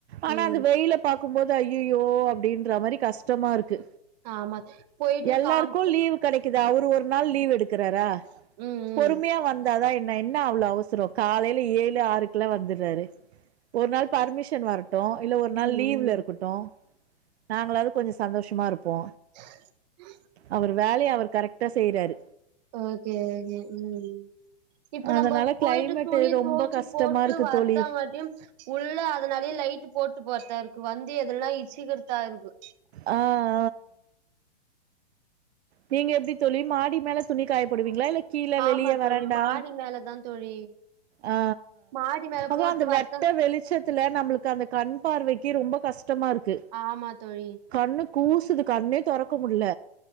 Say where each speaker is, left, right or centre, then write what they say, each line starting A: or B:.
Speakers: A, on the right; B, on the right.
A: ஆனா
B: ம்
A: அந்த வெயில பாக் கும்போது ஐய்யய்யோ அப்டின்ற மாரி கஷ்டமா இருக்கு
B: ஆமா போயிட்டு
A: எல்லாருக்கு
B: கான்
A: லீவ் கிடைக்கதாவு ஒரு நாள் லீவ் எடுக்கறாரா
B: ம் ம்
A: பொறுமையா வந்தாதா என் நா என்ன அவ்ள அவசர காலையில் ஏழு ஆறுக்குலா வந்துர்றாரு ஒரு நாள் பர்மிஷன் வரட் ட்டு இல்ல ஒரு நாள்
B: ம்
A: லீவ்ல
B: ம்
A: இருக்கட்டு நாங்களாவது கொஞ்ச சந்தோஷமா இருப்போ
B: உ
A: அவர் வேலய அவர் கரெக்ட்டா செய்றாரு
B: ஓகே ஓகே ம் இப்ப
A: அதனால
B: நம்ப போயிட்டு
A: கிளைமேட்
B: துணி
A: ரொம்ப
B: தொவச்சு
A: கஷ்டமா
B: போட்டு
A: இருக்கு
B: வர்தா
A: தோழி
B: மாட்டியு உள்ள அதனாலயே லைட்டு போட்டு போறத்தா இருக்கு வந்து எதெல்லா இ சிகுர்த்தா இருக்கு
A: ஆ ஆ நீங்க எப்டி தோழி மாடி மேல துணி காயப்போடுவீங்களா இல்ல கீழ வெளிய
B: ஆமா
A: வராண்டா
B: தோழி மாடி மேலதா தோழி
A: ஆ
B: மாடி மேல
A: அது
B: போட்டு
A: அந்த
B: வர்த்தா
A: வெட்ட வெளிச்சத்துல நம்மளுக்கு அந்த கண் பார்வைக்கி ரொம்ப கஷ்டமா இருக்கு
B: ஆமா தோழி
A: கண்ணு கூசுது கண்ணே தொறக்க முடில